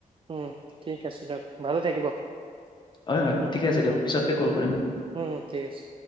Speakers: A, on the right; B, on the left.
A: উম ঠিক আছে দিয়ক ভালে থাকিব
B: হয় হয়
A: উম
B: ঠিক আছে দিয়ক
A: উম
B: পিছতকে কল
A: উম উম
B: কৰিম।
A: ঠিক আছে।